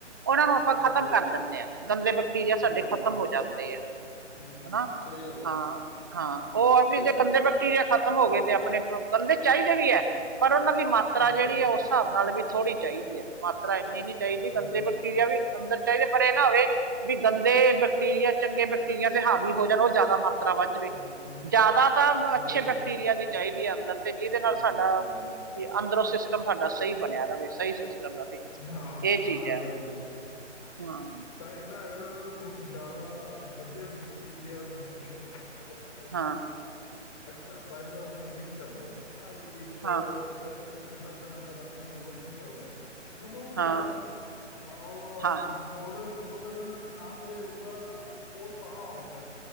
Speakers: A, on the right; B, on the left.
A: ਉਹਨਾਂ ਨੂੰ ਆਪਾਂ
B: ਹਾਂਜੀ
A: ਖ਼ਤਮ ਕਰ ਦਿੰਦੇ ਹਾਂ, ਗੰਦੇ ਬੈਕਟੀਰੀਆ
B: ਹਮ
A: ਸਾਡੇ ਖ਼ਤਮ ਹੋ ਜਾਂਦੇ ਆ
B: ਹਮ
A: ਹਨਾ,
B: ਸਹੀ ਗੱਲ ਆ
A: ਹਾਂ ਹਾਂ, ਉਹ ਵੀ
B: ਤੇ
A: ਜੇ ਕੰਦੇੇ ਖਤਮ ਹੋ ਗਏ 'ਤੇ ਆਪਣੇ ਗੰਦੇ ਚਾਹੀਦੇ ਵੀ ਹੈ ਪਰ ਉਹਨਾਂ ਦੀ ਮਾਤਰਾ
B: ਹਾਂਜੀ
A: ਜਿਹੜੀ ਹੈ ਉਸ ਹਿਸਾਬ ਨਾਲ ਵੀ ਥੋੜੀ ਚਾਹੀਦੀ ਹੈ ਮਾਤਰਾ ਇੰਨੀ ਨੀ ਚਾਹੀਦੀ
B: ਹਾਂਜੀ
A: ਗੰਦੇ ਬੈਕਟੀਰੀਆ ਵੀ ਅੰਦਰ ਚਾਹੀਦੇ ਪਰ ਇਹ ਨਾ ਹੋਵੇ ਵੀ ਗੰਦੇ ਬੈਕਟੀਰੀਆ ਚੰਗੇ ਬੈਕਟੀਰੀਆ' ਤੇ ਹਾਵੀ ਹੋ ਜਾਣ ਉਹ ਜ਼ਿਆਦਾ ਮਾ ਤਰ੍ਹਾਂ ਵੱਜਵੇ
B: ਹਮ
A: ਜ਼ਿਆਦਾ ਤਾਂ ਅੱਛੇ
B: ਬਿਲਕੁਲ
A: ਬੈਕਟੀਰੀਆ ਦੀ ਚਾਹੀਦੀ ਹੈ ਅੰਦਰ' ਤੇ ਜਿਹਦੇ ਨਾਲ
B: ਹਮ
A: ਸਾਡਾ ਵੀ ਅੰਦਰੋਂ ਤੁਹਾਡਾ ਸਹੀ ਬਣਿਆ ਰਹੇ, ਸਹੀ ਸਿਸਟਮ ਰਹੇ,
B: ਹਾਂ
A: ਇਹ ਚੀਜ਼
B: ਹਾਂਜੀ
A: ਹੈ।
B: ਹਾਂਜੀ
A: ਹਾਂ
B: ਤਾਂ ਇਹ ਨਾ ਅਗਰ ਹੁਣ ਜ਼ਿਆਦਾ ਵਧੀਆ ਪ੍ਰਕ ਹੋਣਗੇ ਤਾਂ ਬਾਏ
A: ਹਾਂ
B: ਚਾਂਸ ਆਪਾਂ ਓਪਨ ਨਹੀਂ ਕਰਦੇ ਹਾਂ ਇੱਕ ਇੱਕ
A: ਹਾਂ
B: ਇੱਕ ਅੱਧਾ ਦਿਨ ਅਗਰ ਆਪਣਾ ਯੋਗਾ ਨਹੀਂ ਕਰਦਾ ਇਹ ਤਾਂ ਉਹ
A: ਹਾਂ
B: ਚੱਲ ਕਰਦਾ ਆਪਣਾ ਉਹ
A: ਹਾਂ
B: ਥੋੜੇ ਥੋੜੇ ਦਿਨ ਅਗਰ ਨਾ ਘਰੇ ਹੋਊਗਾ ਅਗਰ ਉਹ ਤਾਂ ਹੋਏਗਾ